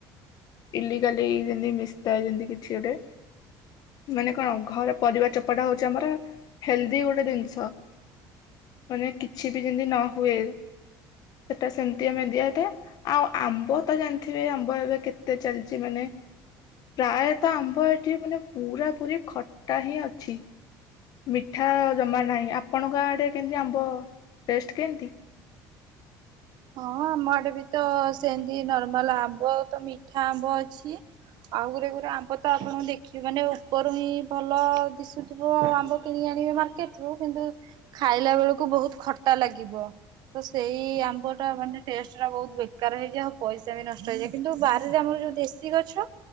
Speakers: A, on the left; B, on the right.
A: ଇଲିଗାଲି ଯେମିତି ମିଶିଥାଏ ଯେମତି କିଛି ଗୋଟେ। ମାନେ କଣ ଘର ପରିବା ଚୋପାଟା ହଉଛି ଆମର ହେଲ୍ଦି ଗୋଟେ ଜିନିଷ। ମାନେ କିଛି ବି ଯେମିତି ନ ହୁଏ। ସେଟା ସେମିତି ଆମେ ଦିଅଟା। ଆଉ ଆମ୍ବ ତ ଜାଣିଥିବେ, ଆମ୍ବ ଏବେ କେତେ ଚାଲିଛି ମାନେ ପ୍ରାୟତଃ ଆମ୍ବ ଏଠି ମାନେ ପୁରା ପୁରି ଖଟା ହିଁ ଅଛି। ମିଠା ଆ ଜମା ନାହିଁ। ଆପଣଙ୍କ ଆଡ଼େ କେମିତି ଆମ୍ବ ଟେଷ୍ଟ କେମିତି?
B: ହଁ, ଆମ ଆଡେ ବି ତ ସେମିତି ନର୍ମାଲ ଆମ୍ବ ତ ମିଠା ଆମ୍ବ ଅଛି। ଆଉ ଗୁରେ ଗୁରେ ଆମ୍ବ ତ ଆପଣଙ୍କୁ ଦେଖିବେ ମାନେ ଉପରୁ ହିଁ ଭଲ ଦିଶୁ ଥିବ ଆମ୍ବ କିଣିି ଆଣିବେ ମାର୍କେଟରୁ। କିନ୍ତୁ ଖାଇଲା ବେଳକୁ ବହୁତ୍ ଖଟା ଲାଗିବ। ତ ସେଇ ଆମ୍ବ ର ମାନେ ଟେଷ୍ଟ ନା ବହୁତ୍ ବେକାର ହେଇଯାଏ ଆଉ ପଇସା ବି ନଷ୍ଟ ହେଇଯାଏ। କିନ୍ତୁ ବାରିରେ ଆମର ଯୋଉ ଦେଶୀ ଗଛ